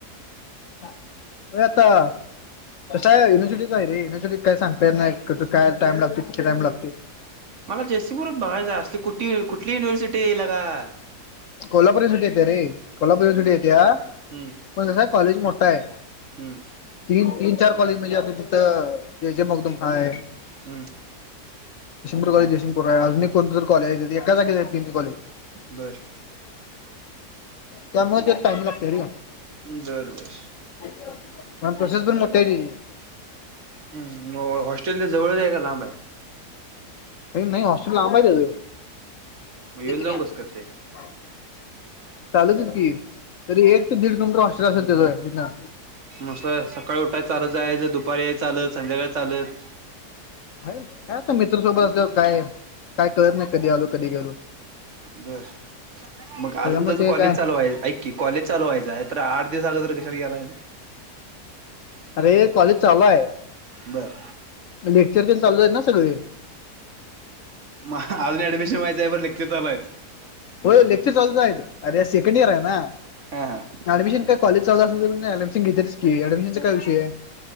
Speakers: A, on the left; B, on the right.
A: हो आता, युनिव्हर्सिटीच कस हाय युनिव्हर्सिटी <unintelligible> सांगता येत नाही, कस काय टाइम लागतो, किती टाईम लागतो?
B: मला <unintelligible> बघायचं अस कुठ कुठली युिव्हर्सिटी य <unintelligible>
A: कोल्हापूर सुटी येते रे, कोल्हापूर सुटी येत्या
B: हम्म
A: पण कासाय आहे, कॉलेज मोठा आहे.
B: हम्म.
A: तीन तीन चार कॉलेज म्हणजे आता, तिथं जे जे मगदुम हा आहे.
B: हम्म.
A: <unintelligible> आहे अजून कोण तरी कॉलेज आहे, एका जाग्या आहेत <unintelligible> कॉलेज
B: बर.
A: त्यामुळे ते टाइम लागतो रे.
B: बर बर.
A: त्यामुळं प्रसेस पण मोठा आहे ते
B: ह मग हॉस्टेलला जवळच आहे का लांबाय?
A: नाही नाही हॉस्टेल लांब हाय तेज. <unintelligible> <inaudible>
B: मग येऊन
A: चालूतच
B: जाऊन कसं करतय?
A: हायत की, तरी एक ते दीड किलोमीटर हॉस्टेल असेल त्याच तिथं.
B: मस्त सकाळी उठाय चालत जायचं, आहे ज दुपारी चालत संध्याकाळी चालत
A: काय आता मित्रसोबत असल काय काय कळत नाही कधी आलो कधी गेलो
B: बर मग
A: त्याच्यामुळे
B: अजून त्याच
A: ते
B: कॉलेज
A: काय
B: चालू आहे ऐ कि कॉलेज चाल व्हायचय तर आठ दिवस अगर कशाला गलाय
A: अरे कॉलेज चालू आहे
B: बर.
A: लेक्चर पण चालू आहेत ना सगळे.
B: म अजून ऍडमिशन व्हायचं आहे प लेक्चर चालूय.
A: हो लेक्चर चालूच आहे अरे सेकंड इयर आहे ना.
B: हा हा
A: ऍडमिशन का कॉलेज चाल असल तर ऍडमिशन घेतेच क ऍडमिशनचाय विषय